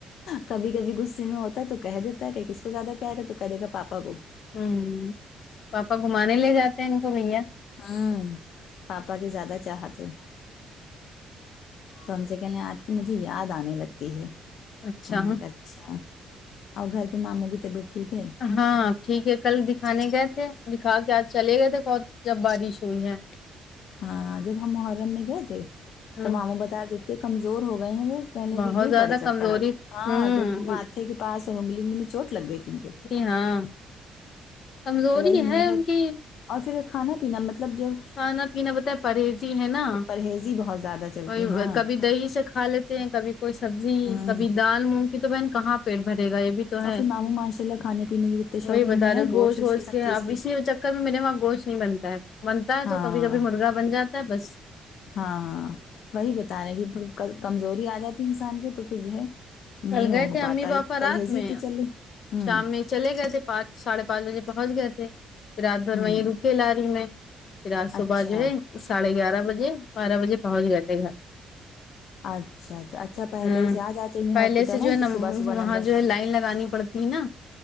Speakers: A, on the left; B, on the left.
A: کبھی کبھی غصے میں ہوتا ہے تو کہہ دیتا ہے کہ کس کو زیادہ پیار کر تو کہہ دے گا پاپا کو
B: ہوں پاپا گھومانے لے جاتے ہیں ان کو بھیا
A: ہوں پاپا کی زیادہ چاہت ہے تو ہم سے کہے لیں آپ کی مجھے یاد آنے لگتی ہے
B: اچھا
A: ہاں اچھا اور گھر پہ ماموں کی طبیعت ٹھیک ہے
B: ہاں ٹھیک ہے کل دکھانے گئے تھے دکھا کے آج چلے گئے تھے بہت جب بارش ہوئی ہے
A: ہاں جب ہم محرم میں گئے تھے تو
B: ہوں
A: ماموں بتا دیتے کمزور ہو گئے ہیں وہ پہلے
B: بہت
A: کہ گخر
B: زیادہ
A: پڑے چکر
B: کمزوری
A: ا ہاں
B: ہوں
A: تو ماتھے کے پاس اور انگلی انگلی میں چوٹ لگ گئی تھی ان کے
B: ہاں کمزوری
A: تو وہی ہم
B: ہے
A: نے کیا
B: ان کی
A: اور پھر کھانا پینا مطلب جو
B: کھانا پینا بتائے پرہیزی ہے نا
A: پرہیزی بہت زیادہ چلتی
B: وہ
A: ہاں
B: کبھی دہی سے کھا لیتے ہیں کبھی کوئی سبزی
A: ہوں
B: کبھی دال مونگ کی تو بہن کہاں پیٹ بھرے گا یہ بھی تو ہے
A: اور پھر ماموں ماشاء اللہ کھانے پینے کے کتنے شوقین
B: وہی بتا
A: تھے
B: رہے
A: ہیں گوشت
B: گوش
A: ووش
B: وش
A: کی سب
B: کے
A: چیز
B: اب
A: کی
B: اسی چکر کبھی میرے وہاں گوشت نہیں بنتا ہے بنتا ہے
A: ہاں
B: تو کبھی کبھی مرغا بن جاتا ہے بس
A: ہاں وہی بتا رہے کہ کمزوری آ جاتی انسان کی تو پھر جو ہے
B: کل
A: نہیں ہو
B: گئے تھے
A: پاتا
B: امی
A: ہے
B: پاپا
A: پرہیزی
B: رات میں
A: تھی چللی ہوں
B: شام میں چلے گئے تھے پانچ ساڑھے پانچ بجے پہنچ گئے تھے پھر رات بھر
A: ہوں
B: وہیں رکے لااری میں پھر آج صبح
A: اچھا
B: جو ہے ساڑھے گیارہ بجے بارہ بجے پہنچ گئے تھے گھر
A: اچھا اچھا اچھا پہلے
B: ہوں
A: سے آ جاتے گے
B: پہلے
A: ہاسپٹل
B: سے جو
A: ہیں
B: ہے نا
A: کہ صبح صبح
B: وہاں
A: نمبر
B: جو ہے لائن لگانی پڑتی ہے نا